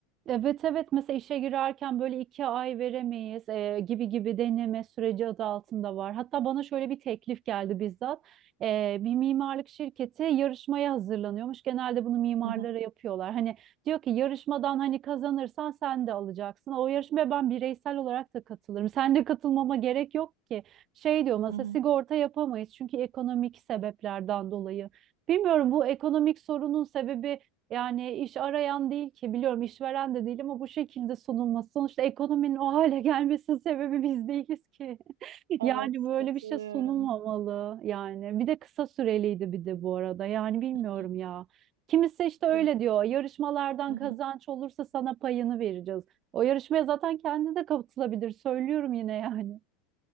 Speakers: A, on the right; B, on the right.
A: Evet evet mesela işe girerken böyle iki ay veremeyiz e, gibi gibi deneme süreci adı altında var. Hatta bana şöyle bir teklif geldi bizzat. E, bir mimarlık şirketi yarışmaya hazırlanıyormuş. Genelde bunu mimarlara
B: Hı hı,
A: yapıyorlar. Hani diyor ki yarışmadan hani kazanırsan sen de alacaksın. O yarışmaya ben bireysel olarak da katılırım. Sen de katılmama gerek yok ki. Şey diyor mesela
B: hı hı.
A: sigorta yapamayız çünkü ekonomik sebeplerden dolayı. Bilmiyorum bu ekonomik sorunun sebebi yani iş arayan değil ki biliyorum işveren de değil ama bu şekilde sunulması sonuçta ekonominin o hale gelmesinin sebebi biz değiliz ki. <laughs>
B: Evet
A: Yani böyle
B: katılıyorum.
A: bir şey sunulmamalı yani. Bir de kısa süreliydi bir de bu arada. Yani bilmiyorum
B: Hı
A: ya. Kimisi işte öyle
B: Ya,
A: diyor. Yarışmalardan
B: hı hı.
A: kazanç olursa sana payını vereceğiz. O yarışmaya zaten kendi de katılabilir. Söylüyorum yine yani.